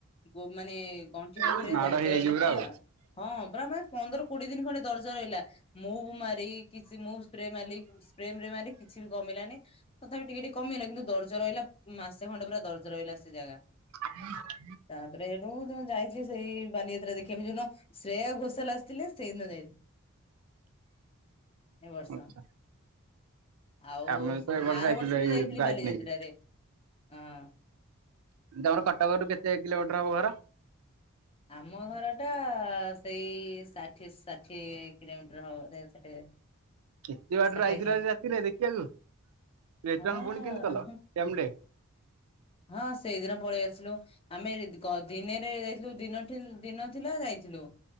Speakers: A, on the left; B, on the right.
A: ଗୋ ମାନେ ଗଣ୍ଠି ପାଖେରେ
B: ହୁଁ ମାଡ଼
A: ଦର୍ଜ
B: ହେଇଯାଇଛି
A: ରହିଲା ପୁରା।
B: ଆଉ।
A: ହଁ ପୁରା ମାନେ ପନ୍ଦର କୋଡିଏ ଦିନ ଖଣ୍ଡେ ଦରଜ ରହିଲା ମୁଭ୍ ମାରି କିଛି ମୁଭ୍ ସ୍ପ୍ରେ ମାରିଲି। ସ୍ପ୍ରେ ମ୍ରେ ମାରି କିଛି ବି କମିଲାନି। ତଥାପି ଟିକେ-ଟିକେ କମିଗଲା କିନ୍ତୁ ଦର୍ଜ ରହିଲା ମାସେ ଖଣ୍ଡେ ପୁରା ଦର୍ଜ ରହିଲା ସେ ଜାଗା।
B: ହୁଁ
A: ତାପରେ ହେଠୁ ଯୋଉନ ଯାଇଥିଲି ସେଇ ବାଲିଯାତ୍ରା ଦେଖିବା ପାଇଁ, ଯାଉନ ଶ୍ରେୟା ଘୋଷାଲ୍ ଆସିଥିଲେ ସେଇନ ଯାଇଥିଲି। ଏ ବର୍ଷ।
B: ଆଚ୍ଛା
A: ଆଉ
B: ଆମେ ତ ଏ
A: ମୁଁ ଆର
B: ଯାଇଥିଲୁ
A: ବର୍ଷ
B: ଏଇ
A: ବି ଯାଇଥିଲି
B: ବାଇକ୍
A: ବାଲିଯାତ୍ରାରେ
B: ନେଇକି।
A: ହଁ।
B: ତମର କଟକ ରୁ କେତେ କିଲୋମିଟର ହବ ଘର?
A: ଆମ ଘରଟା ସେଇ ଷାଠିଏ-ଷାଠିଏ କିଲୋମିଟର ହବ ସେ ଷାଠିଏ-
B: ଏତେ ବାଟରୁ
A: ଷାଠିଏ
B: ଆଇଥିଲ
A: କିଲୋମିଟର
B: ରାତିରେ ଦେଖିବାକୁ, ରିଟର୍ନ
A: ହଁ
B: ପୁଣି କେନ୍ତୀ କଲ ସେମ୍ ଡେ?
A: ହଁ ସେଇଦିନ ପଳେଇ ଆସିଲୁ। ଆମେ ଗ ଦିନେରେ ଯାଇଥିଲୁ ଦିନ-ଦିନ ଥିଲା ଯାଇଥିଲୁ।